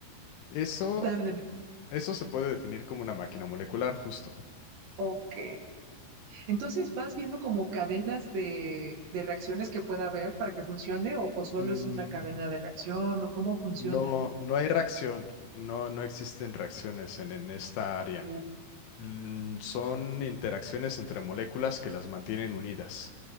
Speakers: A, on the left; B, on the right.
A: eso
B: dame, dame,
A: Eso se puede definir como una máquina molecular, justo.
B: ok. Entonces vas viendo como cadenas de, de reacciones que pueda haber para que funcione o, o solo
A: Mm,
B: es una cadena de reacción o cómo funciona.
A: no, no hay reacción, no, no existen reacciones en, en esta
B: Ok,
A: área. Mm, Son interacciones entre moléculas que las mantienen unidas.